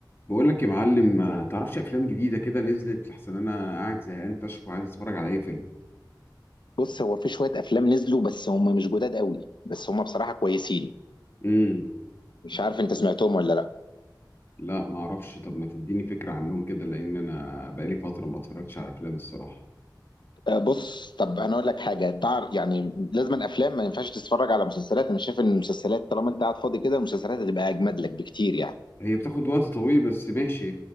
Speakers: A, on the left; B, on the left.
A: بقول لك يا معلم ما تعرفش افلام جديده كده نزلت لحسن انا قاعد زهقان فشخ وعايز اتفرج على اي فيلم
B: بص هو في شوية أفلام نزلوا بس هم مش جداد قوي بس هم بصراحة كويسين
A: امم
B: مش عارف أنت سمعتهم ولا لأ
A: لا ما اعرفش طب ما تديني فكره عنهم كده لان انا بقالي فتره ما اتفرجتش على افلام الصراحه
B: أه، بص طب أنا أقول لك حاجة تعر يعني لازم الأفلام ما ينفعش تتفرج على مسلسلات أنا شايف إن المسلسلات طالما أنت قاعد فاضي كده المسلسلات هتبقى أجمد لك بكتير يعني
A: هي بتاخد وقت طويل بس ماشي